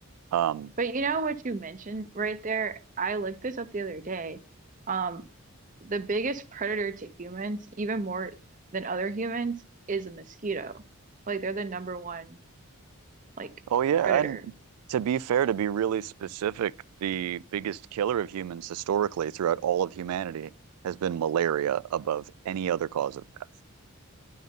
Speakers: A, on the right; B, on the right.
A: Um,
B: But you know what you mentioned right there? I looked this up the other day. Um, the biggest predator to humans, even more than other humans, is a mosquito. Like they're the number one like
A: oh yeah,
B: predator.
A: and to be fair, to be really specific, the biggest killer of humans historically throughout all of humanity has been malaria above any other cause of death.